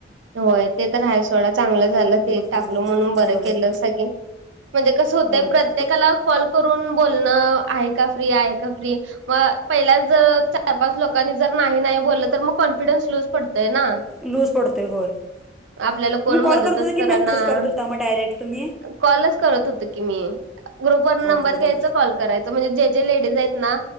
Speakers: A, on the right; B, in the centre.
A: होय ते तर हाय सोडा. चांगलं झालं ते
B: मग
A: टाकलं
B: काय
A: म्हणून बर
B: होय
A: केलं सगळी म्हणजे कसं होतंय
B: होय
A: प्रत्येकाला.
B: तू
A: कॉल करून बोलणं आहे का फ्री आहे का फ्री. मग पहिल्याच जर चार पाच लोकांनी जर नाही नाही बोललं तर मग कॉन्फिडन्स लूज पडतय ना.
B: लूज पडतय होय तुम्ही
A: आपल्याला कोण
B: कॉल
A: मदतच
B: करत होता की
A: करना
B: मेसेज करत होता मग डायरेक्ट तुम्ही.
A: कॉलच करत होत की मी ग्रुप वर नंबर
B: हा हा
A: घ्यायच
B: हां
A: कॉल करायच. म्हणजे जे जे लेडीज आहेत ना